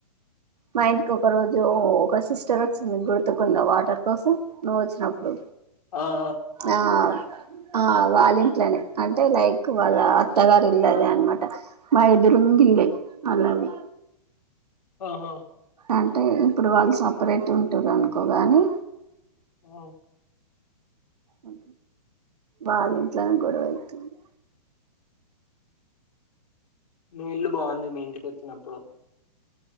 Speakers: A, on the right; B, on the left.
A: మా ఇంటికి ఒక రోజు ఒక సిస్టర్ వచ్చింది గుర్తుకుందా వాటర్ కోసం నువ్వు వచ్చినప్పుడు
B: ఆహా
A: ఆ ఆ వాళ్ళింట్లోనే అంటే లైక్ వాళ్ళ అత్తగారు ఇల్ళదే అనమాట మా ఎదురుంగిల్లే వాళ్ళని
B: ఆహా
A: అంటే ఇప్పుడు వాళ్ళు సపరేట్ ఉంటారు అనుకోగాని
B: ఊ
A: అ వాళ్ళ ఇంట్లోనే గొడవ అవుతుంది
B: మీ ఇల్లు బాగుంది మీ ఇంటికి వచ్చినప్పుడు